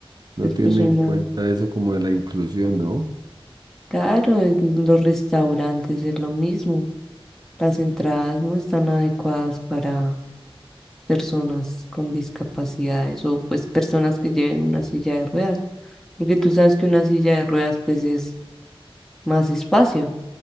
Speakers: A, on the right; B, in the centre.
A: No
B: Después
A: tiene
B: una...
A: en cuenta eso como de la inclusión, ¿no?
B: Claro, en los restaurantes es lo mismo. Las entradas no están adecuadas para personas con discapacidades o pues personas que lleven una silla de ruedas, porque tú sabes que una silla de ruedas pues es más espacio.